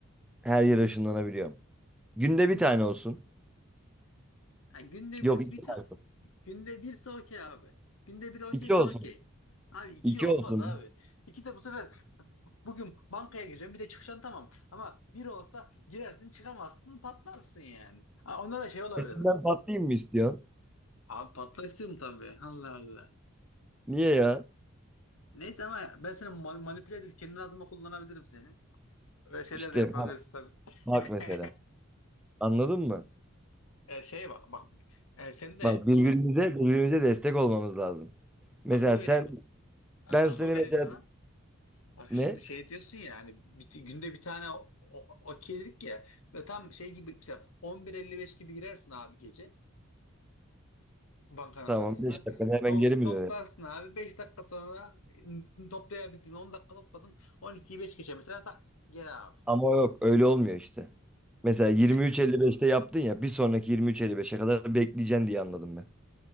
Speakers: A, in the centre; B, on the left (about 75°).
A: Her yere ışınlanabiliyorum. Günde bir tane olsun.
B: Ha, günde
A: Yok
B: bir
A: iki
B: bir ta
A: tane.
B: günde birse okey abi. Günde bir okeysen
A: İki olsun.
B: okey. Abi iki
A: İki
B: olmaz
A: olsun.
B: abi. İki de bu sefer bugün bankaya gireceğim bir de çıkacaksın tamam. Ama bir olsa girersin çıkamazsın patlarsın yani. Ha, onda da şey olabilir.
A: Sesinden patlayayım mı istiyorsun?
B: Abi patla istiyorum tabii. Allah Allah.
A: Niye ya?
B: Neyse ama ben seni ma- manipüle edip kendi adıma kullanabilirim seni. Öyle şeyler
A: İşte
B: de yapabiliriz tabii.
A: Bak
B: <laughs>
A: mesela. Anladın mı?
B: E, şey bak bak e, sen de
A: Bak birbirimize
B: şey
A: birbirimize destek olmamız lazım. Mesela
B: akıl vereyim
A: sen
B: a-
A: ben
B: akıl
A: seni
B: vereyim
A: mesela
B: sana. Bak
A: ne?
B: şimdi şey diyorsun ya hani bir- günde bir tane o- o- okey dedik ya ve tam şey gibi mesela 11.55 gibi girersin abi gece bankanın
A: Tamam
B: kasasına
A: beş dakikada hemen
B: To-
A: geri mi
B: toplarsın
A: dönerim?
B: abi 5 dakika sonra n- toplayabildin 10 dakika topladın 12'yi 5 geçe mesela tak gel abi.
A: Ama yok öyle olmuyor işte. Mesela 23.55'te
B: Niye?
A: yaptın ya bir sonraki 23.55'e kadar bekleyeceksin diye anladım ben.